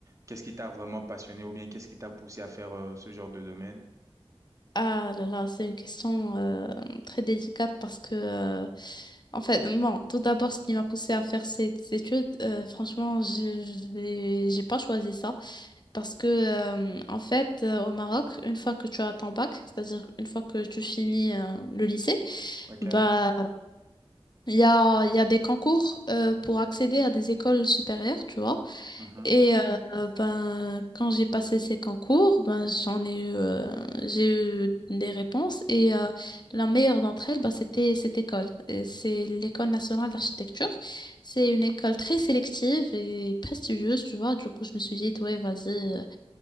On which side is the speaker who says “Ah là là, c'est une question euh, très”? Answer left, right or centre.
Left